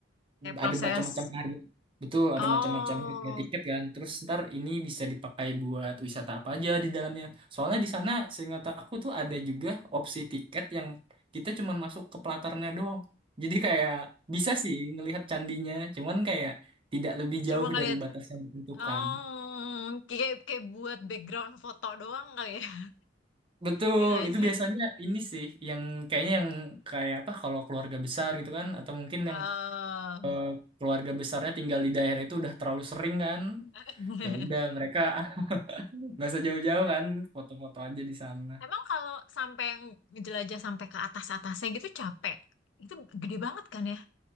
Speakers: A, on the left; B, on the right.
A: Kayak proses.
B: ada macam-macam harga betul ada
A: Oh,
B: macam-macam harga tiket kan terus ntar ini bisa dipakai buat wisata apa aja di dalamnya soalnya di sana seingat aku tuh ada juga opsi tiket yang kita cuman masuk ke pelatarnya doang jadi kayak bisa sih ngelihat candinya cuman kayak tidak lebih
A: cuma
B: jauh
A: ngeliat
B: dari batas yang ditentukan
A: Oh, kayak kayak buat background foto doang kali ya, <laughs>
B: Betul,
A: ya nggak
B: itu
A: sih?
B: biasanya ini sih yang kayaknya yang kayak apa kalau keluarga besar gitu kan atau mungkin
A: Oh.
B: yang eh, keluarga besarnya tinggal di daerah itu udah terlalu sering kan.
A: <laughs>
B: Ya udah mereka <laughs> nggak usah jauh-jauh
A: Em-
B: kan, foto-foto aja di sana.
A: Emang kalau sampai jelajah sampai ke atas-atasnya gitu capek, itu gede banget kan ya?